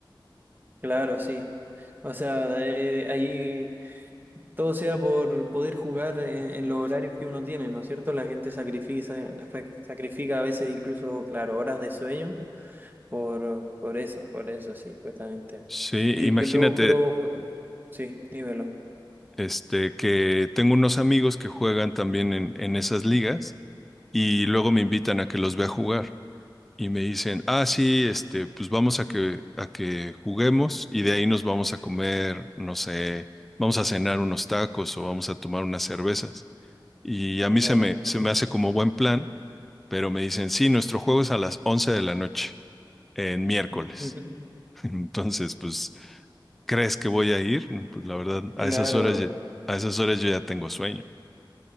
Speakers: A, on the right; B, in the centre.
A: Claro, sí. O sea, eh, ahí todo sea por poder jugar en, en los horarios que uno tiene, ¿no es cierto? La gente sacrifica, sacrifica a veces incluso, claro, horas de sueño Por, por eso, por eso, sí, justamente.
B: Sí,
A: Y
B: imagínate
A: pero, pero, sí, dímelo,
B: este que tengo unos amigos que juegan también en, en esas ligas y luego me invitan a que los vea jugar y me dicen, ah, sí, este, pues vamos a que a que juguemos y de ahí nos vamos a comer, no sé, vamos a cenar unos tacos o vamos a tomar unas cervezas. Y a mí
A: claro.
B: se me, se me hace como buen plan, pero me dicen, sí, nuestro juego es a las 11 de la noche, en miércoles.
A: <laughs>
B: <laughs> Entonces, pues, ¿crees que voy a ir? Mm, Pues la verdad, a
A: Claro,
B: esas horas, ya- a esas horas yo ya tengo sueño.